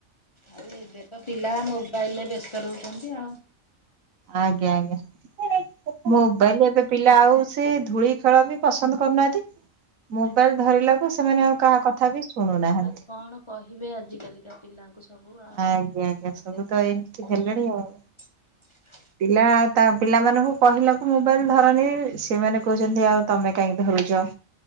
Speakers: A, on the left; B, on the right.
A: ଆଉ ଏବେ ତ ପିଲା ମୋବାଇଲରେ ବ୍ୟସ୍ତ ରହୁଚନ୍ତି ଆଉ।
B: ଆଜ୍ଞା ଆଜ୍ଞା! ହେରେ ଓପୋ ମୋବାଇଲରେ ଏବେ ପିଲା ଆଉ ସେ ଧୂଳି ଖେଳ ବି ପସନ୍ଦ କରୁନାଆନ୍ତି। ମୋବାଇଲ
A: ଆଜ୍ଞା
B: ଧରିଲାକୁ ସେମାନେ ଆଉ କାହା କଥା ବି ଶୁଣୁନାହାନ୍ତି।
A: ଆଉ କଣ କହିଵି ଆଜି କାଲିକା ପିଲାଙ୍କୁ ସବୁ ଆଉ ଦେଖୁଥା!
B: ଆଜ୍ଞା ଆଜ୍ଞା ସବୁ ତ ଏମିତି
A: ତା
B: ହେଲେଣି ଆଉ।
A: <unintelligible>
B: ପିଲା ତା ପିଲାମାନଙ୍କୁ କହିଲାକୁ ମୋବାଇଲି ଧରନି ସେମାନେ କହୁଚନ୍ତି ଆଉ! ତମେ କାଇଁ ଧରୁଛ!